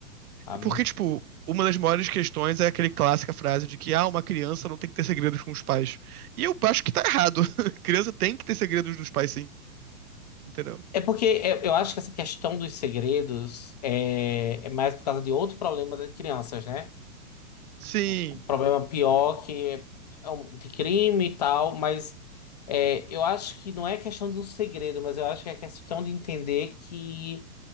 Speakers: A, on the left (about 30°); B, on the right (about 75°).
A: sabe?
B: Porque, tipo, uma das maiores questões é aquele clássica frase de que, ah, uma criança não tem que ter segredos com os pais. E eu acho que tá errado. <laughs> Criança tem que ter segredos dos pais, sim. Entendeu?
A: É porque eu, eu acho que essa questão dos segredos é, é mais por causa de outro problema das crianças, né?
B: Sim,
A: Um problema pior que é, é um- de crime e tal, mas é, eu acho que não é questão do segredo, mas eu acho que é questão de entender que.